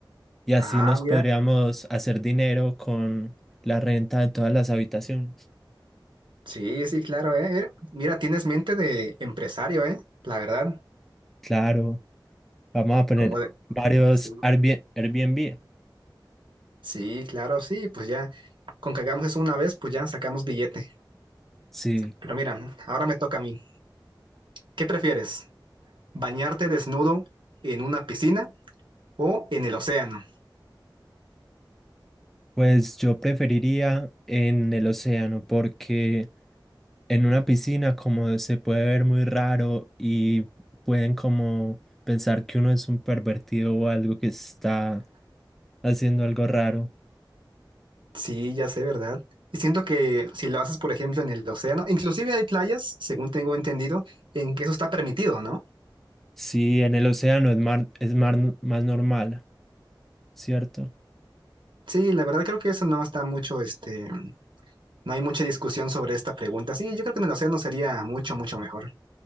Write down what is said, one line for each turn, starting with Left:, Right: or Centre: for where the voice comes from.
Centre: Y así
Right: Ah,
Centre: nos
Right: mira,
Centre: podríamos hacer dinero con la renta de todas las habitaciones.
Right: sí, sí, claro, eh. Mira, mira, tienes mente de empresario, eh, la verdad.
Centre: Claro, vamos a poner
Right: Como de,
Centre: varios
Right: sí,
Centre: Airbnb. Airbnb.
Right: sí, claro, sí, pues ya, con que hagamos eso una vez, pues ya sacamos billete.
Centre: Sí,
Right: Pero mira, ahora me toca a mí. ¿Qué prefieres? ¿Bañarte desnudo en una piscina o en el océano?
Centre: pues yo preferiría en el océano porque... en una piscina como se puede ver muy raro y pueden como pensar que uno es un pervertido o algo que está haciendo algo raro.
Right: Sí, ya sé, ¿verdad? Y siento que si lo haces, por ejemplo, en el océano, inclusive hay playas, según tengo entendido, en que eso está permitido, ¿no?
Centre: Si en el océano es, mar- es mar- más normal, ¿cierto?
Right: Sí, la verdad creo que eso no está mucho, este, No hay mucha discusión sobre esta pregunta. Sí, yo creo que en el océano sería mucho, mucho mejor